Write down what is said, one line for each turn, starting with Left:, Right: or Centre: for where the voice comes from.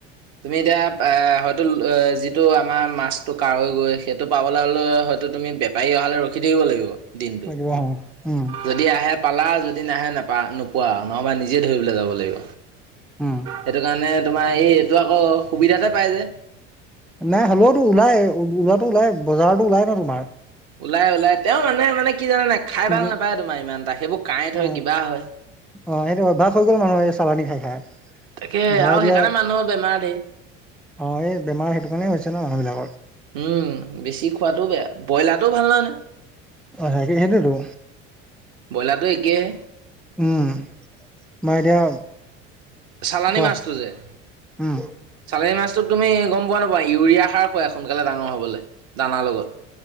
Right: তুমি এতিয়া আ হয়তো ল যিটো আমাৰ মাছটো কাৱৈ গৰৈ। সেইটো পাবলৈ হ'লে হয়তো। ত বেপাৰী অহালৈ ৰখি থাকিব লাগিব দিনটো
Centre: লাগিব উম
Right: যদি আহে। পালা যদি নাহে নাপা নোপোৱা নহ'বা নিজে ধৰিবলৈ যাব লাগিব।
Centre: উম
Right: সেইটো কাৰণে তোমাৰ এই এইটো আকৌ সুবিধাতে পাই যে।
Centre: নাই হ'লেওতো ওলাই ওলোৱাটো ওলাই বজাৰতো ওলাই ন তোমাৰ।
Right: ওলাই- ওলাই তেওঁ মানে- মানে। কি জানে নাই খাই
Centre: কিন্তু
Right: ভাল নাপায় তোমাৰ ইমান এটা সেইবোৰ কাঁয়েত
Centre: অ
Right: হয় কিবা হয়।
Centre: অ সেইটো অভিয়াষ হৈ গ'ল মানুহে চালানী খাই খাই।
Right: তাকে
Centre: ধৰা
Right: আৰু
Centre: এতিয়া
Right: সেইকাৰণে মানুহৰ বেমাৰ ধেই।
Centre: অ এই বেমাৰ সেইটো কাৰণে হৈছে ন মানুহ বিলাক।
Right: উম বেছি খোৱাটো বেয়া ব্ৰইলাৰটো ভাল নহয়।
Centre: অ সে হেইটোয়ে টো।
Right: ব্ৰইলাৰটো একেহে।
Centre: উম মই এতিয়া।
Right: চালানী
Centre: কোৱা
Right: মাছটো যে চালানী।
Centre: উম
Right: চালানী মাছটোক তুমি গম পোৱা নোপোৱা ইউৰিয়া সাৰ খোৱাই সোনকালে ডাঙৰ হ'বলৈ। দানাৰ লগত